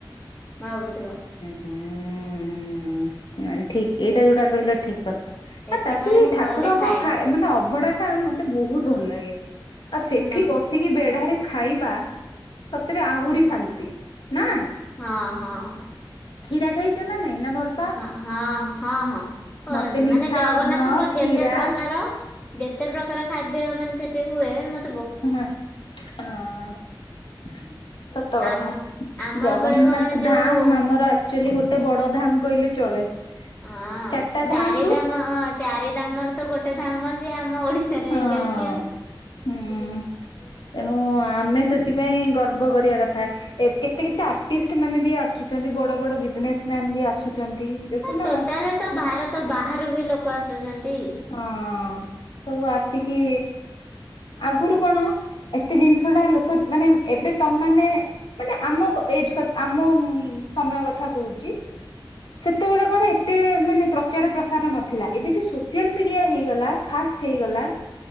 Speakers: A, on the left; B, on the left.
A: ଭାବୁଥିବ।
B: ଉଁ ହୁଁ ନାଇଁ ଠିକ୍ ଏଇଟା ଯୋଉଟା କହିଲ ଠିକ୍ କଥା।
A: ସେଥିପାଇଁ
B: ଆଉ ତାପଲେ
A: ମୁଁ
B: ଠାକୁରଙ୍କ
A: ଗଲେ ଖାଏ
B: ଖା ଏ ମାନେ ଅବଢାଟା ମତେ ବୋହୁତ ଭଲ ଲାଗେ। ଆଉ ସେଠି
A: ମତେ
B: ବସିକି ବେଢାରେ ଖାଇବା ସତେରେ ଆହୁରି ଶାନ୍ତି ନା।
A: ହଁ ହଁ।
B: ଖୀରା ଖାଇଚ ନା ନାଇଁ ନା ଭଲ୍
A: ହଁ ହଁ ହଁ ହଁ <unintelligible>
B: ମତେ ମିଠା
A: ମାନେ ଜଗନ୍ନାଥଙ୍କ
B: ଅନ୍ନ କ୍ଷୀରା
A: ଯେତେ ପ୍ରକାର ଯେତେ ପ୍ରକାର ଖାଦ୍ୟ ମାନେ ସେଠି ହୁଏ ମ
B: ହୁଁ ହାଁ ହଁ। ସତ କଥା
A: ଆମ ଆମ
B: ଜଗନ୍ନାଥ
A: ଏପଟେ କଣ ଯୋଉ
B: ଧାମ୍ ଆମର କ୍ଚୁଏଲି ଗୋଟେ ବଡ ଧାମ୍ କହିଲେ ଚଳେ।
A: ହଁ
B: ଚାରିଟା ଧାମ
A: ଚାରିଧାମ
B: ରୁ
A: ଚାରିଧାମରୁ ତ ଗୋଟେ ଧାମ ସିଏ ଆମ ଓଡିଶାରେ
B: ହଁ
A: ଏଇଠି ଅଚି ଆଉ।
B: ହୁଁ ତେଣୁ ଆମେ ସେଥିପାଇଁ ଗର୍ବ କରିବା କଥା। ଏ କେତେ କେତେ ଆର୍ଟିଷ୍ଟମାନେ ବି ଆସୁଛନ୍ତି ବଡ ବଡ ବିଜନେସମ୍ୟାନ୍ ବି ଆସୁଛନ୍ତି। ଦେଖୁନ
A: ହଁ ଟୋଟାଲି ତ ଭାରତ ବାହାରୁ ବି ଲୋକ ଆସୁଛନ୍ତି।
B: ହଁ ସବୁ ଆସିକି ଆଗୁରୁ କଣ ଏତେ ଜିନିଷଟା ଲୋକ ମାନେ ଏବେ ତମେମାନେ ମାନେ ଆମ କ ଏଜ୍ କଥ୍ ଆମ ଉଁ ସମୟ କଥା କହୁଚି। ସେତବେଳେ କଣ ଏତେ ମାନେ ପ୍ରଚାର ପ୍ରସାର ନଥିଲା ଏବେ ଯୋଉ ସୋ ସିଆଲ୍ ମିଡିଆ ହେଇଗଲା ଫାଷ୍ଟ୍ ହେଇଗଲା